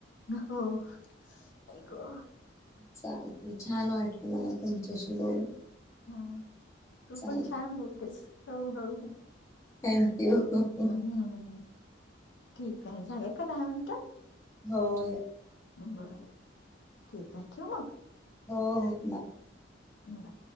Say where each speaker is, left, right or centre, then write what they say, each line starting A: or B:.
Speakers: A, on the left; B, on the left.
A: हो आई ग
B: चालतय छान वाटलं मला तुमच्याशी बोलून.
A: हम्म. तू
B: चालेल
A: पण छान बोलतेस हो हो.
B: थँक्यू ह.
A: हम्म ठीक आहे झाले का दहा मिनिटं.
B: होय.
A: बरं ठीक आहे ठेव मग.
B: हो हो बाय.
A: ह